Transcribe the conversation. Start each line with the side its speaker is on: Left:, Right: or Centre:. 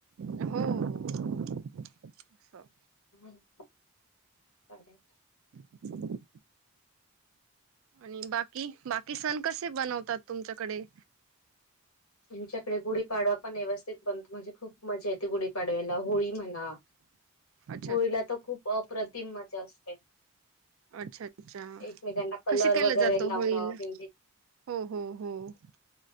Right: हो हो.
Left: हम् बर
Right: ह. आणि बाकी बाकी सण कसे बनवतात तुमच्याकडे
Left: आमच्याकडे गुढीपाडवा पण व्यवस्थित बनतो म्हणजे खूप मजा येते गुढीपाडवा्याला होळी म्हण. हा
Right: अच्छा
Left: होळीला तर खूप अप्रतिम मजा असते.
Right: अच्छा अच्छा
Left: एकमेकांना कलर
Right: कशी केलं
Left: वगैरे
Right: जातो
Left: लावणं
Right: होईल.
Left: मेहंदी
Right: हम्म हम्म हम्म.